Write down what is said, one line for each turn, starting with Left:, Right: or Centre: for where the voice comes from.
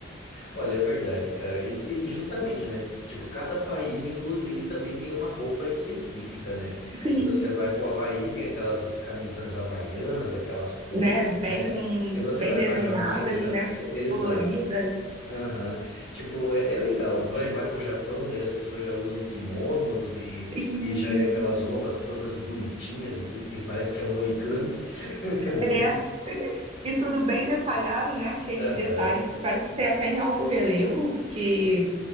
Left: Olha, é verdade, cara. E se- e justamente, né? Tipo, cada país, inclusive, também tem uma roupa específica, né?
Right: Sim,
Left: Se você vai pro Havaí, tem aquelas camisas havaianas, aquelas coisas,
Right: né? Bem
Left: né?
Right: com
Left: Se você
Right: bem
Left: vai
Right: desenhadas,
Left: para Jamaica, já...
Right: né?
Left: já- Exato.
Right: Coloridas.
Left: Aham. Tipo, é, é legal. Vai, vai pro Japão, daí as pessoas já usam kimonos e,
Right: Isso.
Left: e já é aquelas roupas todas bonitinhas e, e parece que é um origami, <laughs> né?
Right: É. <laughs> E tudo bem detalhado, né? Aqueles
Left: Aham.
Right: detalhes que parece ser até em alto relevo, porque